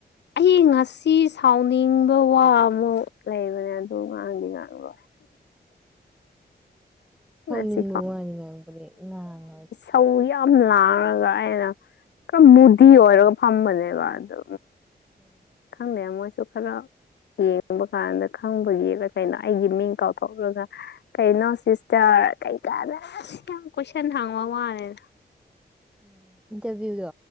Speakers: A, on the left (about 85°); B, in the centre.
A: ꯑꯩ ꯉꯁꯤ ꯁꯤ ꯁꯥꯎꯅꯤꯡꯕ ꯋꯥ ꯑꯃ ꯂꯩꯕꯅꯦ ꯑꯗꯨ ꯉꯥꯡꯗꯤ ꯉꯥꯡꯂꯣꯏ
B: ꯁꯥꯎꯅꯤꯡꯕ
A: ꯉꯁꯤ
B: ꯋꯥꯗꯤ ꯉꯥꯡꯕꯗꯤ ꯉꯔꯥꯡ
A: ꯊꯧ ꯌꯥꯝ ꯂꯥꯡꯉꯒ ꯑꯩꯅ ꯈꯔ ꯃꯨꯗꯤ ꯑꯣꯏꯔꯒ ꯐꯝꯕꯅꯦꯕ ꯑꯗꯨ
B: ꯎꯝ
A: ꯈꯪꯗꯦ ꯃꯣꯏꯁꯨ ꯈꯔ ꯌꯦꯡꯕ ꯀꯥꯟꯗ ꯈꯪꯕꯒꯤꯔ ꯀꯩꯅꯣ ꯑꯩꯒꯤ ꯃꯤꯡ ꯀꯥꯎꯊꯣꯛꯂꯒ ꯀꯩꯅꯣ ꯁꯤꯁꯇꯔ ꯀꯩꯀꯥꯅ ꯌꯥꯝꯅ ꯀꯣꯏꯁꯟ ꯍꯥꯡꯕ ꯃꯥꯂꯦꯗ
B: ꯎꯝ ꯏꯟꯇꯔꯚ꯭ꯌꯨꯗꯣ